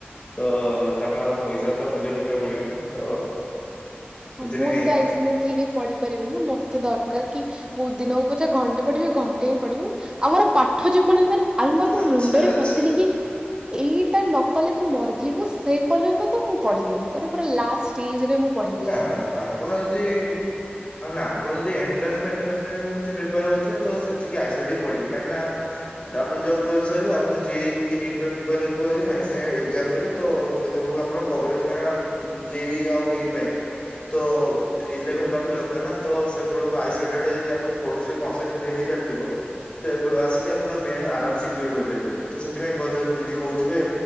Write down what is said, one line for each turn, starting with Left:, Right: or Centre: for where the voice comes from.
Left: ତ ତାଙ୍କର ପଇସା ତ ମୂଲ୍ୟ ରଖିବାକୁ ପଡିବ ନା ତ।
Right: ହଁ
Left: ସେଥିପାଇଁ
Right: ମୁଁ ଏମିତି ଆଇସୋଲେଟ
Left: ଆଉ।
Right: ହେଇକି ପଢି ପାରିବିନି ନା ମତେ ଦରକାର କି। ମୁଁ ଦିନକୁ ପଛେ ଘଣ୍ଟେ ପଢିବି ଘଣ୍ଟେ ହିଁ ପଢିବି। ଆଉ ମୋର ପାଠ ଯେ ପର୍ଯ୍ୟନ୍ତ ଆଲମାରି କୁ
Left: ଆଚ୍ଛା
Right: ମୁଣ୍ଡରେ
Left: ଆଚ୍ଛା
Right: ପଶିନି କି। ଏଇଟା ନ କଲେ ତୁ ମରିଯିବୁ ସେଇ ପର୍ଯ୍ୟନ୍ତ। ତ ମୁଁ ପଢ଼ିବିନି ପରେ ପୁରା ଲାଷ୍ଟ ଶ୍ଟେଜ ରେ ମୁଁ ପଢିବି ସେ
Left: ଆ-ଆପଣ ଯଦି ଆରେ ନା ଆପଣ ଯଦି ଏଣ୍ଟ୍ରାନ୍ସ ଫେଣ୍ଟ୍ରାନ୍ସ ପାଇଁ କିଛି ପ୍ରି ପ୍ୟାର୍ ହଉଥିବେ ତ ସେତିକି ଆଇସୋଲେଟ୍ ହେଇ ପଢିବେ କାହିଁକି ନା ଆପଣ ଯଷ୍ଟ ଟ୍ୱେଲଭ୍ଥ ସରିବ ଆପଣ ଜେ ଇ କି ନୀଟ ପାଇଁ ପ୍ରିପେୟାର ହେଉଥିବ ଯଦି ସାଙ୍ଗେ ସାଙ୍ଗେ ଏକ୍ଜାମ ଦେବେ ତ ସେତେବେଳୁ ଆପଣ କଭରେଜ କାହିଁ ନା ଉଁ ଜେ ଇ ଆଉ ନିଟ ପାଇଁ ତ ଇଲଭେନ୍ଥ ପାଠ ବି ଦରକାର ନା ତ ସେବେଳକୁ ଆଈଶୋଲେଟେଡ ହେଇକି ଯଦି ଆପଣ ପଢୁଥିବେ କ କଂସ୍ପେଟ ଥିଓରୀ ଚାଲିଥିବ ତେବେ ଆସିକି ଆପଣ ମେନ୍ ଆରାମ ସେ କ୍ଲିୟର କରିପାରିବେ ତ ସେଥିପାଇଁ ଘରେ ତମ ଦିଦି କହୁଥିବେ